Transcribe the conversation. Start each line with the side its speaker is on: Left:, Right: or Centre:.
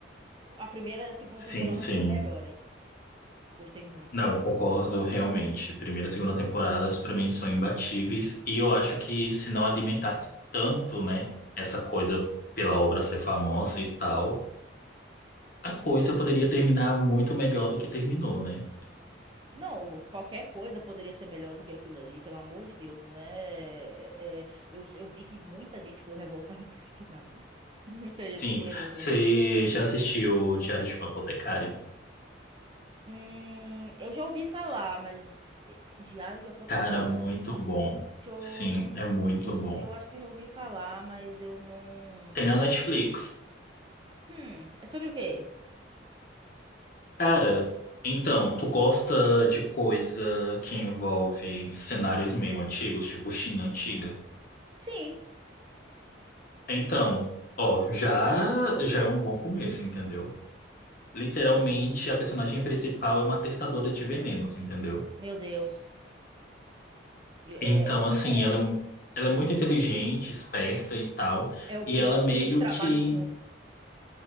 Right: A primeira e a segunda
Left: sim,
Right: temporada
Left: sim.
Right: foram melhores. Eu gostei muito.
Left: Não, concordo realmente. Primeira e segunda temporadas pra mim são imbatíveis e eu acho que se não alimentasse tanto, né, essa coisa pela obra ser famosa e tal, a coisa
Right: Hum.
Left: poderia terminar muito melhor do que terminou, né?
Right: Não, qualquer coisa poderia ser melhor do que aquilo ali, pelo amor de Deus, né? É, é, eu, eu vi que muita gente foi revoltada <laughs> com esse final. Muita gente
Left: Sim.
Right: ficou revoltada.
Left: Você já assistiu Diário de uma Apotecária?
Right: Hum, eu já ouvi falar, mas eh, Diário de Apotecária.
Left: Cara, muito bom.
Right: Deixa eu
Left: Sim, é muito bom.
Right: Eu acho que eu já ouvi falar, mas eu não.
Left: Tem na Netflix.
Right: Hum, é sobre o quê?
Left: Cara, então, tu gosta de coisa que envolve cenários meio antigos, tipo China antiga?
Right: Sim.
Left: Então, ó, já já é um bom começo, entendeu? Literalmente,
Right: Hum,
Left: a personagem principal é uma testadora de venenos, entendeu?
Right: meu Deus. É, é-
Left: Então, assim,
Right: é-
Left: ela é, ela é muito inteligente, esperta e tal,
Right: é o
Left: e
Right: pior
Left: ela meio
Right: tipo de trabalho
Left: que,
Right: do mundo.